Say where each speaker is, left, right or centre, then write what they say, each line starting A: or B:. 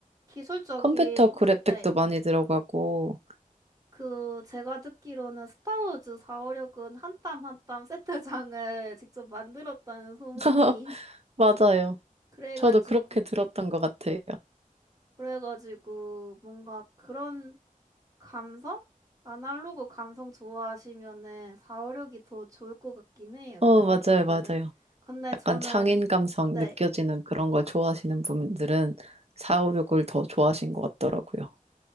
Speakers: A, on the right; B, on the right.
A: 기술적인,
B: 컴퓨터 그래픽도
A: 네.
B: 많이 들어가고.
A: 그, 제가 듣기로는 스타워즈 456은 한 땀 한 땀 세트장을 <laughs> 직접 만들었다는 소문이.
B: <laughs> 맞아요.
A: 그래가지고,
B: 저도 그렇게 들었던 것 같아요.
A: 그래가지고 뭔가 그런 감성? 아날로그 감성 좋아하시면은 사5 6이 더 좋을 것 같긴 해요.
B: 어,
A: 그런
B: 맞아요,
A: 분들은.
B: 맞아요.
A: 근데
B: 약간
A: 저는
B: 창인 감성
A: 네.
B: 느껴지는 그런 걸 좋아하시는 분들은 456을 더 좋아하신 것 같더라고요.